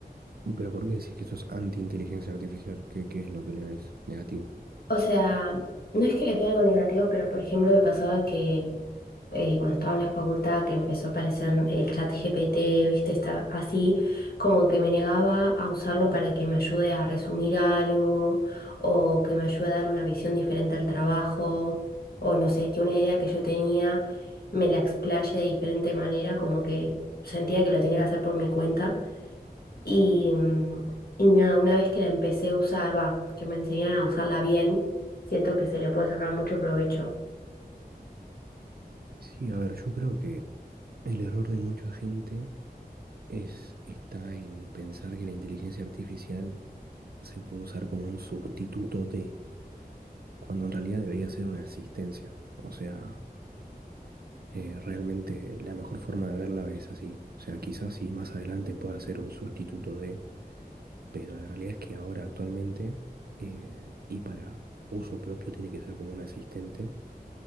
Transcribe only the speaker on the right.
¿Y pero por qué decís que esto es anti-inteligencia artificial? ¿Qué, qué es lo que le ves negativo?
Sí, a ver, yo creo que El error de mucha gente es, está en pensar que la inteligencia artificial se puede usar como un sustituto de, cuando en realidad debería ser una asistencia. O sea, eh, realmente la mejor forma de verla es así. O sea, quizás sí más adelante pueda ser un sustituto de, pero la realidad es que ahora actualmente eh, y para uso propio tiene que ser como un asistente